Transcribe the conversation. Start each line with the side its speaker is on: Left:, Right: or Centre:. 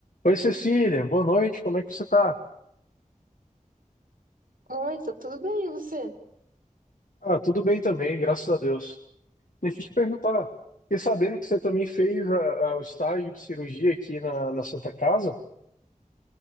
Left: Oi, Cecília, boa noite, como é que você tá?
Right: Oi, tá tudo bem, e você?
Left: Ah, tudo bem também, graças a Deus. Deixa eu te perguntar, fiquei sabendo que você também fez a- a- o estágio de cirurgia aqui na, na Santa Casa?